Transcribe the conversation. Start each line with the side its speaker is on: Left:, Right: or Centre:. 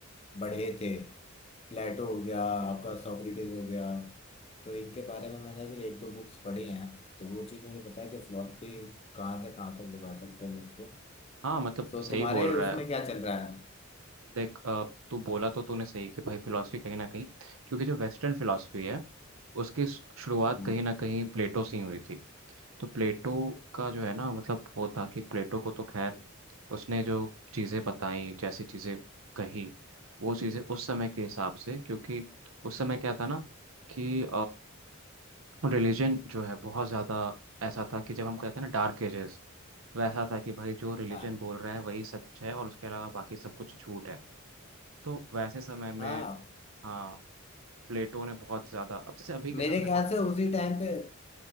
Left: बढ़े थे प्लेटो हो गया आपका सोक्रेटिस हो गया तो इनके बारे में मैंने भी एक दो बुक्स पढ़ी हैं तो वो चीज़ मुझे पता है कि फिलोसफी कहाँ से कहाँ तक ले जा सकते हैं लोग को
Right: हाँ मतलब
Left: सो
Right: सही
Left: तुम्हारे
Right: बोल रहा
Left: उसमें
Right: है
Left: क्या चल रहा है
Right: देख अ, तू बोला तो तूने सही कि भाई फिलॉसफी कहीं ना कहीं क्योंकि जो वेस्टर्न फिलॉसफी है उसकी शु- शुरुआत
Left: हम्म।
Right: कहीं ना कहीं प्लेटो से ही हुई थी तो प्लेटो का जो है ना मतलब वो था कि प्लेटो को तो खैर उसने जो चीज़ें बताई जैसी चीज़ें कही वो चीज़ें उस समय के हिसाब से क्योंकि उस समय क्या था ना कि रिलीजन जो है बहुत ज़्यादा ऐसा था कि जब हम कहते हैं ना डार्क एजेस वैसा था कि भाई जो रिलीजन
Left: हाँ
Right: बोल रहे हैं वही सच है और उसके अलावा बाकी सब कुछ झूठ है तो वैसे समय में
Left: हाँ
Right: हाँ प्लेटो ने बहुत ज़्यादा अब जैसे अभी के
Left: मेरे
Right: समय देखो
Left: ख्याल
Right: ना
Left: से उसी टाइम पे